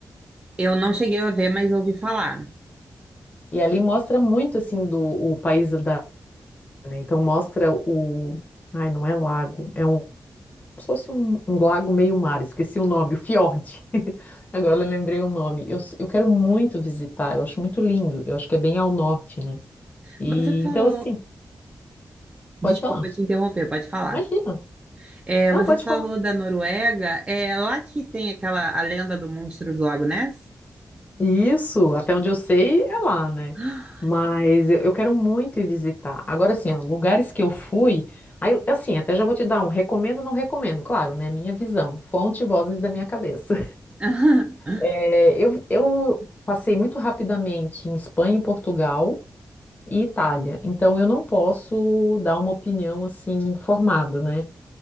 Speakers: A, on the right (about 20°); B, on the left (about 30°).
A: Eu não cheguei a ver, mas ouvi falar.
B: E ali mostra muito assim do o país da né? Então mostra o. Ai, não é lago, é um. Como se fosse um, um lago meio mar, esqueci o nome, o fiord. <laughs> Agora eu lembrei o nome. Eu, s- eu quero muito visitar, eu acho muito lindo, eu acho que é bem ao norte, né? E
A: Você falou
B: então, assim, pode
A: Desculpa
B: falar.
A: te interromper, pode falar.
B: Imagina.
A: É,
B: Não,
A: você
B: pode
A: falou
B: falar.
A: da Noruega, é lá que tem aquela a lenda do monstro do Lago Ness?
B: Isso, até onde eu sei, é lá, né?
A: <laughs>
B: Mas eu, eu quero muito ir visitar. Agora, assim, ó, lugares que eu fui. Aí, assim, até já vou te dar um recomendo, não recomendo, claro, né? Minha visão, fonte e vozes da minha cabeça.
A: <gasps>
B: É, eu, eu passei muito rapidamente em Espanha, Portugal e Itália, então eu não posso dar uma opinião assim formada, né?